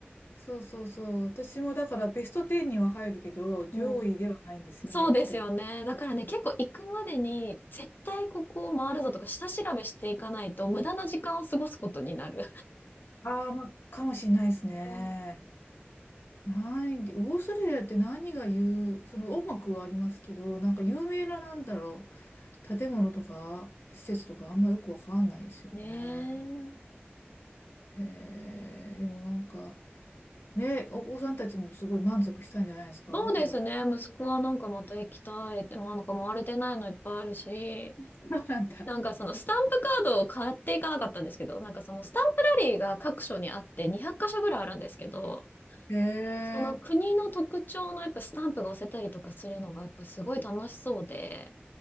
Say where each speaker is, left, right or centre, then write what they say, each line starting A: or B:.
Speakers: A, on the left; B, on the left.
A: そうそうそう。私もだからベスト10には入るけど、上位ではないんですよね、
B: ううん。。そうですよね。
A: 行きたい。
B: だからね、結構行くまでに絶対ここを回るぞとか下調べしていかないと無駄な時間を過ごすことになる。
A: ああ、まあ、かもしれないですね。
B: うん
A: ない、オーストラリアって何が言う、その音楽はありますけど、なんか有名ななんだろう。建物とか施設とかあんまよくわかんないですよね。
B: ねえ。
A: へえ、でもなんか、ね、お子さんたちもすごい満足したんじゃないですかじゃあ。
B: そうですね。息子はなんかまた行きたいって、なんか回れてないのいっぱいあるし、
A: そうなんだ。
B: なんかそのスタンプカードを買っていかなかったんですけど、なんかそのスタンプラリーが各所にあって200箇所ぐらいあるんですけど、
A: へえ、
B: その国の特徴のやっぱスタンプが押せたりとかするのがやっぱすごい楽しそうで、